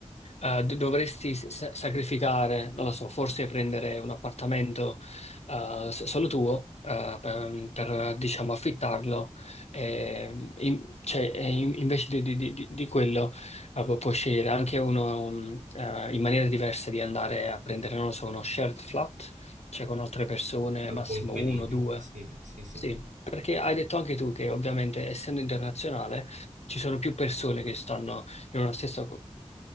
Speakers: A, on the left; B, on the right.
A: eh, d- dovresti s- sacrificare, non lo so, forse prendere un appartamento eh, s- solo tuo eh, per, per, diciamo, affittarlo, e, in- cioè, e in- invece di, di- di- di quello eh, pu- puoi scegliere anche uno, mm, eh, in maniera diversa di andare a prendere, non lo so, uno shared flat, cioè con altre persone,
B: Eh,
A: massimo
B: coinquilini,
A: uno, due.
B: sì, sì, sì,
A: Sì, perché hai detto anche tu che ovviamente essendo internazionale ci sono più persone che stanno in una stessa co-